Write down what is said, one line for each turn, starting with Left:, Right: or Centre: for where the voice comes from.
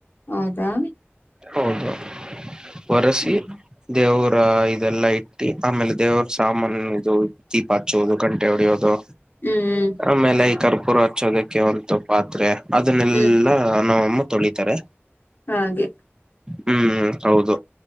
Left: ಹೌದಾ?
Right: ಹೌದು ಒರಸಿ
Left: ಹ್ಮ್
Right: ದೇವರ ಇದೆಲ್ಲಾ ಇ ಟ್ಟಿ ಆಮೇಲೆ ದೇವ್ರ ಸಾಮನ್ ಇದು ದೀಪ ಹಚ್ಚೋದು ಗಂಟೆ ಹೊಡಿಯೋದು.
Left: ಹ್ಮ ಹ್ಮ
Right: ಆಮೇಲೆ ಈ ಕರ್ಪೂರ ಹಚ್ಚೋದಕ್ಕೆ <unintelligible> ಪಾತ್ರೆ ಅದನ್ನೆಲ್ಲಾ
Left: ಹ್ಮ್
Right: ನಮ್ಮಮ್ಮ ತೊಳಿತಾರೆ.
Left: ಹಾಗೆ
Right: ಹ್ಮ ಹೌದು